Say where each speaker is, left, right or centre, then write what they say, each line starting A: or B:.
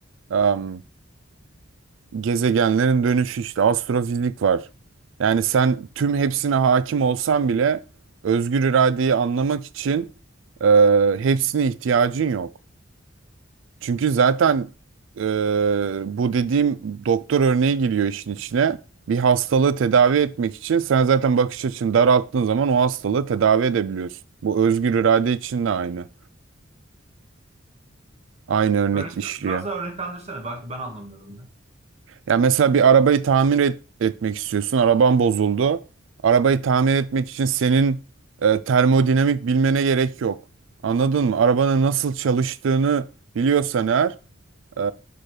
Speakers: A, on the right; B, on the right.
A: Am, gezegenlerin dönüşü işte astrofizik var. Yani sen tüm hepsine hakim olsan bile özgür iradeyi anlamak için e, hepsine ihtiyacın yok. Çünkü zaten e, bu dediğim doktor örneği giriyor işin içine. Bir hastalığı tedavi etmek için sen zaten bakış açını daralttığın zaman o hastalığı tedavi edebiliyorsun. Bu özgür irade için de aynı. Aynı örnek
B: Örnek,
A: işliyor.
B: biraz daha örneklendirsene. Belki ben anlamıyorum ya.
A: Ya mesela bir arabayı tamir et- etmek istiyorsun. Araban bozuldu. Arabayı tamir etmek için senin e, termodinamik bilmene gerek yok. Anladın mı? Arabanın nasıl çalıştığını biliyorsan eğer Ee,